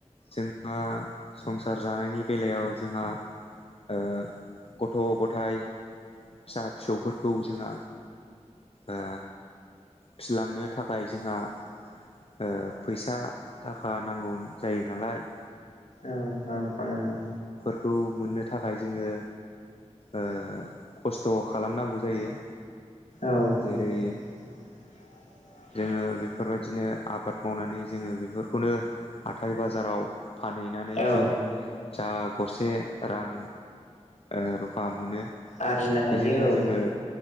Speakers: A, on the left; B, on the left.
A: जोंआ संसार जानायनि बेलायाव जोंहा ओ गथ' गथाय फिसा फिसौफोरखौ जोंहा ओ फिलांनो थाखाय जोंहा ओ फैसा थाखा नांगौ जायो नालाय।
B: औ रां रुफा नांगौ।
A: खौ मोननो थाखाय जोङो ओ खस्थ' खालामनांगौ जायो।
B: औ
A: जेरै
B: <inaudible>
A: जोङो बेफोरबायदिनो आबाद मावनानै जोङो बेफोरखौनो हाथाय बाजाराव फानहैनानै
B: औ
A: जों जा गसे रां ओ रुफा मोनो
B: आरजिनो हायो
A: बेजोंनो
B: औ
A: जोङो